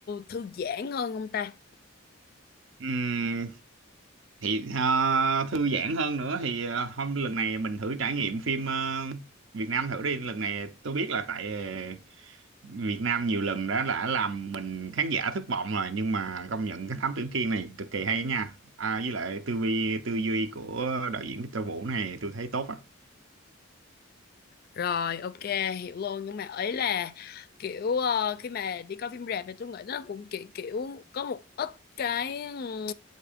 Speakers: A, on the left; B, on the right.
A: thư giãn hơn không ta?
B: Ừm, thì ờ, thư giãn hơn nữa thì ờ, hôm lần này mình thử trải nghiệm phim ờ, Việt Nam thử đi lần này tôi biết là tại ờ, Việt Nam nhiều lần đã đã làm mình khán giả thất vọng rồi nhưng mà công nhận cái Thám Tử Kiên này cực kỳ hay nha à, với lại tư vi tư duy của đạo diễn Victor Vũ này tôi thấy tốt á
A: Rồi, ok, hiểu luôn. Nhưng mà ấy là kiểu ờ, khi mà đi coi phim rạp thì tôi nghĩ nó cũng kiểu kiểu có một ít cái ừm,